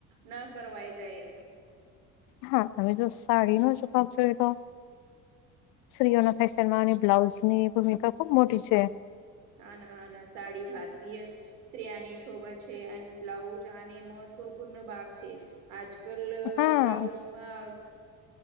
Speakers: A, on the right (about 65°); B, on the left (about 55°).
A: ના કરવાય જાય.
B: હા અમે જો સાડીનો શ ખ જોએ તો. સ્ત્રીઓના ફેશન માંની બ્લાઉઝની ભૂમિકા ખુબ મોટી છે.
A: હા ના હ ના સાડી ભારતીય સ્ત્રીિઓની શોભા છે અને બ્લાઉઝ આને મહત્વપૂર્ણ ભાગ છે. આજ કલ
B: હા
A: બ્લાઉઝમાં